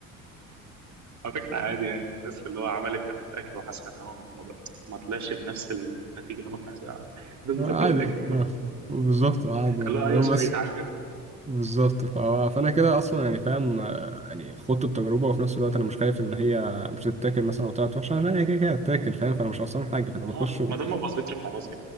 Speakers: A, on the right (about 40°); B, on the right (about 15°).
A: على فكره عادي يعني الناس اللي هو عملت اكل وحاسه ان هو ما, ما طلعش بنفس النتيجه اللي هم كانوا عايزينها الناس
B: <laughs> عادي
A: بتاكل الاكل برضه
B: آه،
A: عادي
B: بالظبط عادي يعني
A: لا
B: المهم
A: هي عشان
B: بس
A: يتعلم
B: بالظبط فهو- فانا كده اصلا يعني فاهم آه، يعني خدت التجربه وفي نفس الوقت انا مش خايف ان هي مش تتاكل مثلا او طلعت وحشه انا هي كده كده هتتاكل فاهم فانا مش خسران حاجه فانا بخش
A: اه
B: و...
A: ما دام ما باظتش خلاص